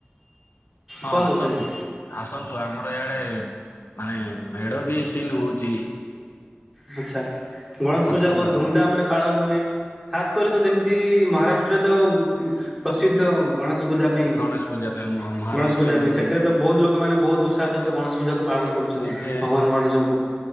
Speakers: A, on the left (about 70°); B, in the centre.
A: ହଁ
B: କଣ
A: ଆସନ୍ତୁ
B: କହୁଛନ୍ତି?
A: ଆସନ୍ତୁ ଆମର ଇଆଡ଼େ ମାନେ ମେଢ଼ ବି ସିନ୍ ହଉଛି।
B: ଆଚ୍ଛା ଗଣେଶ
A: ଆସନ୍ତୁ
B: ପୂଜା ବହୁତ
A: ଆପଣ
B: ଧୁମଧାମ ରେ ପାଳନ ହୁଏ। ଖାସ କରି ତ ଯେମିତି ମହାରାଷ୍ଟ୍ରରେ ତ ପ୍ରସିଦ୍ଧ ଗଣେଶ ପୂଜା ପାଇଁ
A: ଗଣେଶ ପୂଜା ପାଇଁ ମହାରାଷ୍ଟ୍ରରେ
B: ଗଣେଶ ପୂଜା
A: ମାନେ
B: ପାଇଁ ସେଠାରେ ତ ବହୁତ ଲୋକମାନୋନେ ବହୁତ ଉତ୍ସାହ ସହିତ ଗଣେଶ ପୂଜା ପାଳନ କରୁଛନ୍ତି
A: ସେଇଠି
B: ଭଗବାନ ଗଣେଶଙ୍କୁ।